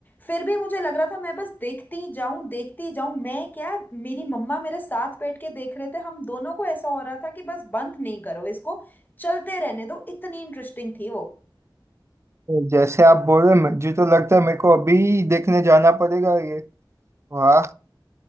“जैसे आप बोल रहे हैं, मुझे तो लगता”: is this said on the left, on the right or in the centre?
Right